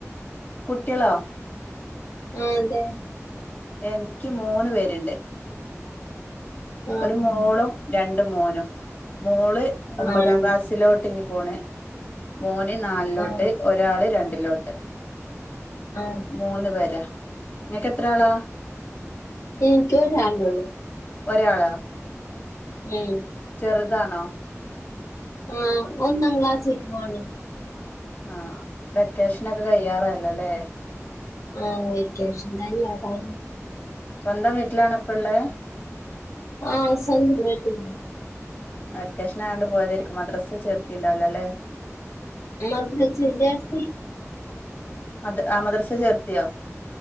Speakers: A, on the left (about 35°); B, on the left (about 85°).
A: കുട്ടിയാളോ
B: ആഹ് അതെ
A: എനിക്ക് മൂന്ന് പേരുണ്ട്
B: ആ
A: ഒരു
B: അതെ.
A: മോളും രണ്ടും മോനും മോള് ഒമ്പതാം
B: ആണോ
A: ക്ലാസ്സിലോട്ട് ഇനി പൂണ് മോന് നാലിലോട്ട്
B: ആ
A: ഒരാൾ രണ്ടിലോട്ട്
B: ആ
A: മൂന്ന് പേരാ നിങ്ങക്ക് എത്ര ആളാ
B: ഇന്ക് ഒരാളോള്ളൂ
A: ഒരാളോ
B: ഉം
A: ചെറുതാണോ
B: ആഹ് ഒന്നാം ക്ലാസി പോണേ
A: ആഹ് വെക്കേഷനൊക്കെ കയാറയല്ലോല്ലേ
B: ആഹഹ് വക്കേഷൻ കഴിയാറായി
A: സ്വന്തം വീട്ടിലാാണ് ഇപ്പള്ളേ
B: ആഹ് സ്വന്തം വീട്ടിൽ
A: വെക്കേഷൻ ആയതൊണ്ട് പോയതായിരിക്കും മദ്രസ്ൽ ചേർത്തിടു ണ്ടാവില അല്ലെ
B: മധര ജില്ലാർത്തി
A: മ ആഹ മദ്രസ ചേർത്തിയോ